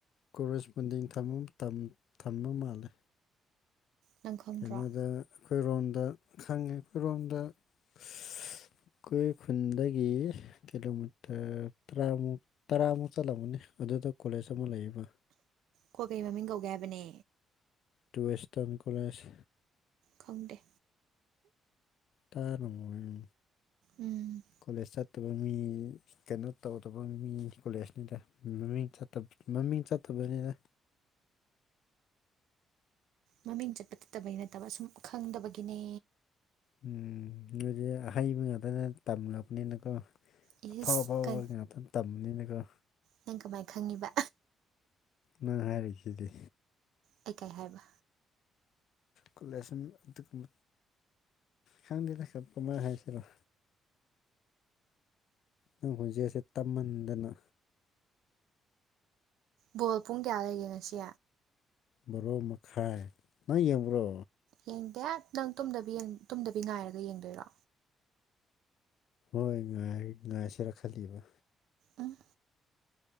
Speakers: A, on the left; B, on the right.
A: ꯀꯣꯔꯦꯁꯄꯣꯟꯗꯤꯡ ꯇꯝꯒꯨꯝ ꯇꯝ ꯇꯝꯕ ꯃꯥꯜꯂꯦ
B: ꯅꯪ ꯈꯪꯗ꯭ꯔꯣ
A: ꯀꯩꯅꯣꯗ ꯑꯩꯈꯣꯏꯔꯣꯝꯗ ꯈꯪꯉꯦ ꯑꯩꯈꯣꯏꯔꯣꯝꯗ ꯁꯁ ꯑꯩꯈꯣꯏ ꯈꯨꯟꯗꯒꯤ ꯀꯤꯂꯣꯃꯤꯇꯔ ꯇꯔꯥꯃꯨꯛ ꯇꯔꯥꯃꯨꯛ ꯆꯠꯂꯝꯒꯅꯤ ꯑꯗꯨꯗ ꯀꯣꯂꯦꯖ ꯑꯃ ꯂꯩꯌꯦꯕ
B: ꯀꯣ ꯀꯩ ꯃꯃꯤꯡ ꯀꯧꯒꯦ ꯍꯥꯏꯕꯅꯦ
A: ꯇꯨ ꯋꯦꯁꯇꯔꯟ ꯀꯣꯂꯦꯖ
B: ꯈꯪꯗꯦ
A: ꯇꯥꯔꯝꯃꯣꯏ
B: ꯎꯝ
A: ꯀꯣꯂꯦꯖ ꯆꯠꯇꯕ ꯃꯤ ꯀꯩꯅꯣ ꯇꯧꯗꯕ ꯃꯤ ꯀꯣꯂꯦꯖꯅꯤꯗꯥ ꯃꯃꯤꯡ ꯆꯠꯇꯕ ꯃꯃꯤꯡ ꯆꯠꯇꯕꯅꯤꯗ
B: ꯃꯃꯤꯡ ꯆꯠꯄ ꯆꯠꯇꯕꯩ ꯅꯠꯇꯕ ꯁꯨꯝ ꯈꯪꯗꯕꯒꯤꯅꯦ
A: ꯎꯝ ꯅꯣꯏꯗꯤ ꯑꯍꯩꯕ ꯉꯥꯇꯅ ꯇꯝꯂꯛꯄꯅꯤꯅꯀꯣ
B: ꯏꯁ
A: ꯑꯐꯥꯎ ꯑꯐꯥꯎꯕ ꯉꯥꯛꯇꯥ ꯇꯝꯕꯅꯤꯅꯀꯣ
B: ꯅꯪ ꯀꯃꯥꯏ ꯈꯪꯉꯤꯕ
A: ꯅꯪ ꯍꯥꯏꯔꯤꯁꯤꯗꯤ
B: ꯑꯩ ꯀꯩ ꯍꯥꯏꯕ
A: ꯀꯣꯂꯦꯁꯟ ꯑꯗꯨꯒꯨꯝ ꯈꯪꯗꯦꯗ ꯀꯃꯥꯏ ꯍꯥꯏꯁꯤꯔꯥ ꯅꯪ ꯈꯣꯟꯖꯦꯟꯁꯦ ꯇꯞꯃꯟꯗꯅ
B: ꯕꯣꯜ ꯄꯨꯡ ꯀꯌꯥ ꯂꯩꯒꯦ ꯉꯁꯤ
A: ꯕꯥꯔꯣ ꯃꯈꯥꯏ ꯅꯪ ꯌꯦꯡꯕ꯭ꯔꯣ
B: ꯌꯦꯡꯗꯦ ꯅꯪ ꯇꯨꯝꯗꯕꯤ ꯌꯦꯡ ꯇꯨꯝꯗꯕꯤ ꯉꯥꯏꯔꯒ ꯌꯦꯡꯗꯣꯏꯔꯣ
A: ꯍꯣꯏ ꯉꯥꯏ ꯉꯥꯏꯁꯤꯔꯥ ꯈꯜꯂꯤꯕ
B: ꯎꯝ